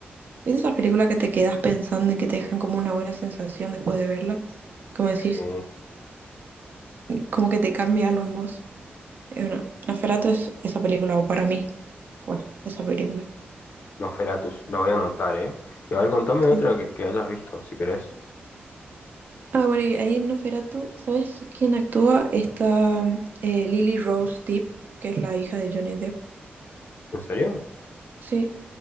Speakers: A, on the right; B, on the left.
A: ¿Viste esas películas que te quedas pensando y que te dejan como una buena sensación después de verla? Como decís,
B: Sí,
A: como que te cambia algo en vos. Eh, bueno, Nosferatu es esa película, o para mí fue esa película.
B: Nosferatus, la voy a anotar, ¿eh? Y a ver, contame otra
A: Sí.
B: que, que hayas visto, si querés.
A: Ah, bueno, y ahí en Nosferatu, ¿sabes quién actúa? Está eh, Lily Rose Depp, que es la hija de Johnny Depp.
B: ¿En serio?
A: Sí,